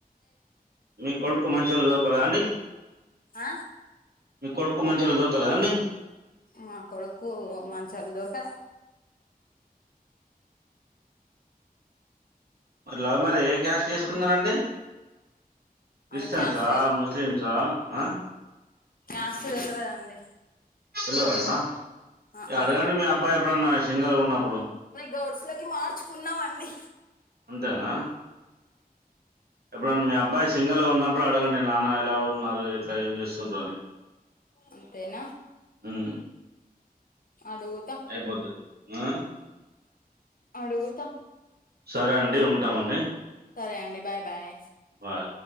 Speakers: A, on the right; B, on the left.
A: మీ కొడుక్కు మంచోళ్ళు దొరకరా అండి
B: ఆ
A: మీ కొడుక్కు మంచోల్ దొరకల కదండి
B: మా కొడుక్కు మంచోల్ దొరక
A: మర్ లవ్ మ్యారేజ్ ఏ క్యాస్ట్ చేసుకున్నారండి క్రిస్టియన్స్
B: ఆళ్ళ క్యాస్ట్
A: అ ముస్లిం అ హ
B: కాస్ట్ తెల్వదండి
A: తెల్వదా
B: ఆ
A: అడగండి
B: ఆ
A: మీ అబ్బాయి ఎప్పుడన్నా సింగల్గా ఉన్నప్పుడు
B: గౌడ్స్ లోకి మార్చుకున్నాం అండి
A: అంతేనా ఇప్పుడన మీ అబ్బాయి సింగిల్గా ఉన్నప్పుడు అడగండి నాన్న ఎలా వున్నారు ఎట్లా ఏం చేస్తుండ్రాని
B: అంతేన
A: హ్మ్
B: అడుగుత
A: అయిపోతది. ఆ!
B: అడుగుత
A: సరే అండి ఉంటామండి
B: సరే అండి బాయ్ బాయ్
A: బాయ్.